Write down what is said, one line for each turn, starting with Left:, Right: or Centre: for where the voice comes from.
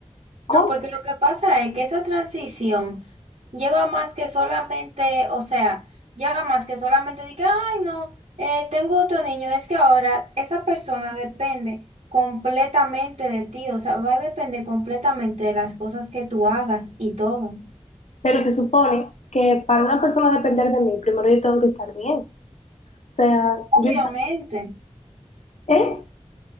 Left: ¿cómo?
Right: No, porque lo que pasa es que esa transición lleva más que solamente, o sea, lleva más que solamente de ay, no, eh, tengo otro niño, es que ahora esa persona depende completamente de ti, o sea, va a depender completamente de las cosas que tú hagas y todo.
Left: Pero se supone que para una persona depender de mí, primero yo tengo que estar bien, o sea, yo,
Right: Obviamente,
Left: ¿eh?